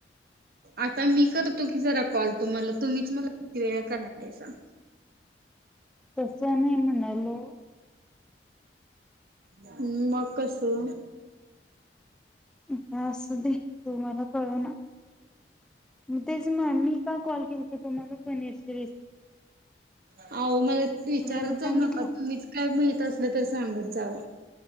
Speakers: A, on the right (about 55°); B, in the centre.
A: आता मी करतो की जरा कॉल तुम्हाला तुम्हीच मला किती वेळा करालायचा
B: तसं नाही म्हणालो
A: ् मग कसं
B: ता असू दे तु म्हाला कळव ना मग तेच म मी का कॉल केल का तुम्हाला पनीरचीि
A: आहो मला विचारत
B: तुम्हाला सांगितलं
A: जाऊ नका तुम्हीच काय माहि अस तर सांगत जाव